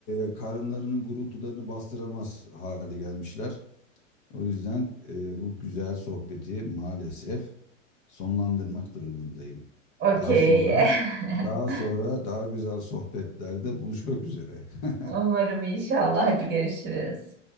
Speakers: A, on the left (about 40°); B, on the right (about 30°).
A: e, karınlarının gurultularını bastıramaz hale gelmişler. O yüzden e, bu güzel sohbeti maalesef sonlandırmak durumundayım.
B: Okey.
A: Daha sonra
B: <laughs>
A: Daha sonra daha güzel sohbetlerde buluşmak üzere. <laughs>
B: Umarım inşallah. Hadi görüşürüz.